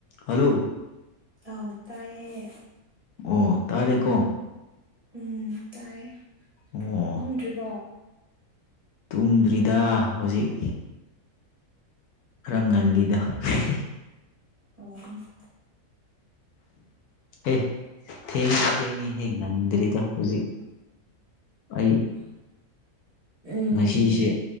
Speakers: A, on the left; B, on the right.
A: hello
B: ꯑꯥꯎ ꯇꯥꯏꯑꯦ
A: ꯑꯣ ꯇꯥꯔꯦꯀꯣ
B: ꯎꯝ ꯇꯥꯏꯌꯦ
A: ꯑꯣ
B: ꯇꯨꯝꯗ꯭ꯔꯤꯕꯣ
A: ꯇꯨꯝꯗ꯭ꯔꯤꯗ ꯍꯧꯖꯤꯛ ꯈꯔ ꯉꯜꯂꯤꯗ ꯑꯍꯦ
B: ꯑꯣ
A: ꯑꯦ ꯊꯦꯡꯗꯤ ꯊꯦꯡꯉꯦꯍꯦ ꯉꯝꯗ꯭ꯔꯦꯗ ꯍꯧꯖꯤꯛ ꯑꯩ
B: ꯎꯝ
A: ꯉꯁꯤꯁꯦ